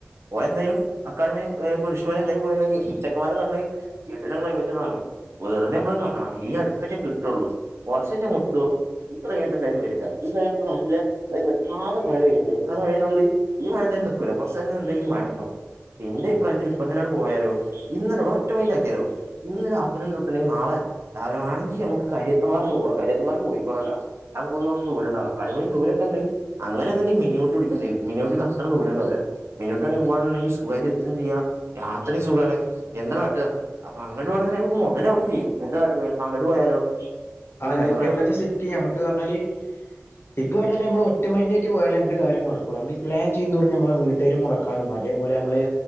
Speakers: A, on the right (about 65°); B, on the left (about 55°).
A: പോയ എന്തേലും കക്കാടംപൊഴി കുരിശുമലേം എന്തായാലും പോയിണ്ടെങ്കി ചെക്കന്മാര് പറെഞ്ഞി കിടിലം ക്ലൈമറ്റ് മാറി വെറുതെ നമ്മള് കാണാം ഈ അടുത്തൊക്കെ കിട്ടുള്ളൂ കുറച്ച് കഴിഞ്ഞ സൊ ഈ ക്ലൈമറ്റ് എന്തായാലും വരില്ല ഈ ക്ലൈമറ്റ് നല്ല നിർത്താതെ മഴ പെയ്ണ്ട് നിർത്താതെ മഴപെയ്ന്നത് കൊണ്ട് ഈ മഴയെന്താലും നിൽകൂല കുറച്ച് നേരം എന്തായാലും മഴ ഉണ്ടാവും എന്റെ അഭിപ്രയത്തിൽ ഇപ്പം തന്നെ അങ്ങോട്ട് പോയലോ ഇന്ന് തന്നെ പോവാ ഒറ്റ മൈന്റ് ആക്കിയാലോ ഇന്ന് രാത്രിലൂപ്പിലിങ്ങ് നാളെ രാവിലെയാണെങ്കി നമ്മക്ക് കരിയത്തുപാറ ഒന്ന് പോവാ കരിയത്തുപാറ കോഴിക്കോടാട്ടാ ഞാൻ പോവൂന്ന് പറഞ്ഞ് ദൂരെ അല്ല കക്കാടംപൊഴി ദൂലെക്കെണ്ട് അങ്ങനെന്തെണ്ടെങ്കിൽ മീനി ഊട്ടി പിടിക്കേണ്ടി വരും മിനുട്ടിക്ക് അത്ര ദൂരംണ്ടാവില്ല മീനൂട്ടിയുണ്ടെങ്കി പോവാണുന്നുണ്ടെങ്കി സുഖായിട്ട് എത്തും ചെയ്യുക യാത്രയും സുഖാണ് എന്താ കാട്ട്ക അപ്പൊ അങ്ങട്ട് പോകണേ നമുക്ക് മൊതലാവും ചെയ്യും എന്താകാട്ടണ് ഇപ്പ അങ്ങട്ട് പോയാലോ എന്താ
B: ആഞമ്മക്ക്
A: അന്റെ അഭിപ്രായം
B: എന്താച്ചാ സെറ്റ് ചെയ്യാം നമ്മക്ക് പറഞ്ഞാല് ഇപ്പ പറഞ്ഞാല് നമ്മള് ഒറ്റ മൈൻ ഒറ്റക്ക് പോയാല്എന്ത് കാര്യം നടക്കൂല നമ്മള് ഈ പ്ലാൻ ചെയുന്തോറും നമ്മള് വീട്ടുകാര് മുടക്കാനും അതേപോലെ നമ്മള്